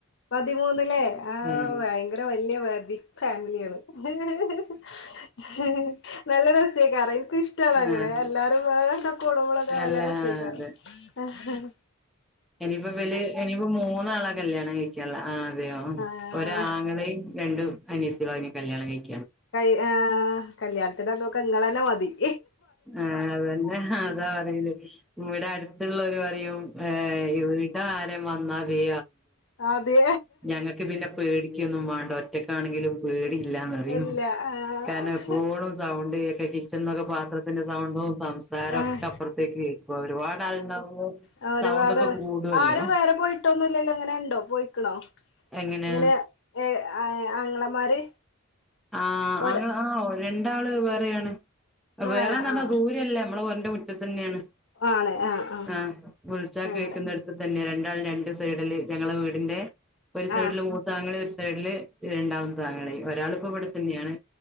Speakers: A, on the left; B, in the centre.
A: പതിമൂന്നിലേ ആ
B: ഉം
A: ഭയങ്കര വല്ിയ <unintelligible> ഫാമിലിയാണ് <unintelligible> നല്ല രസക്കാരം ൻക്ക് ഷ്ടാണ് അങ്ങനെ
B: ആഹ്
A: എല്ലാരും മ്പാടെ കൂടുമ്പളൊക്കെ നല്ല
B: അല്ല
A: രസ്ക്കാരം
B: അതെ
A: <unintelligible>
B: ഇനിയിപ്പോ വല് ഇനിയിപ്പോ മൂന്നാളാ കല്യാണം കഴിക്കാനുള്ള ആഹ് അതെയോ
A: ആഹ്
B: ഒര് ആങ്ങളെയും രണ്ടും അനിയസ അ കല്യാണം കഴും
A: ക് <unintelligible> കല്യാണത്തിന്റെന്നൊക്കെ നിങ്ങളെ ധവാി <unintelligible>
B: ആ അതന്നെ അതാ പറയിലേ ഇവിടെ അടുത്തുള്ളവര് പറയും ഏ ഇട്ട വന്നാ വേ
A: അതെ
B: ഞങ്ങൾക്ക് പിന്നെ പേടിക്കൊന്നും വേണ്ട ഒറ്റക്കാണെങ്കിലും പേടല്ലന്ന അറിയോ
A: ഇല്ല ആഹ്
B: കാരണം എപ്പോഴും സൗണ്ട് കിച്ചണ എന്നൊക്കെ പാത്രത്തിന്റെ സൗണ്ടും സംസാരൊക്കെ
A: ആഹ
B: അപ്പുറത്തേക്ക് കേക്കും ഒരുപാട് ആളുണ്ടാവുമ്പോ
A: ആ ഒരുപാട്
B: സൗണ്ടൊക്കെ കൂടുവല്ലോ
A: ആരും വേറെ പോയിട്ടോൊന്നുംല്ലല്ലോ അങ്ങനെ ഉണ്ടോ പോയിക്കണോ <unintelligible>
B: എങ്ങനാ
A: അങ്ങനെ ഏ ആങ്ങളമാര്
B: ആഹ
A: ഒര
B: അനെ ആ <unintelligible> രണ്ടാള് വേറെയാണ്
A: ഏഹ്
B: വേറെന്ന പറഞ്ഞാ
A: ആഹ്
B: ദൂരല്ലേ നമ്മള് ഒ <unintelligible> കുട്ടിൽ <unintelligible> തന്നെയാണ്
A: ആണ് ആഹ് ആഹ്
B: ആഹ വിളിച്ച
A: അങ്ങനെ
B: കഴിക്കുന്നടുത്ത് തന്നെ രണ്ട് രണ്ട് സൈഡില് ഞങ്ങളെ വീടിന്റെ ഒരു സൈഡില്
A: ആഹ്
B: മൂത്താങ്ങെ സൈഡില് രണ്ടാമത്തെ ആങ്ങളേം ഒരാള് ഇപ്പം ഇവിടെ തന്നെയാണ്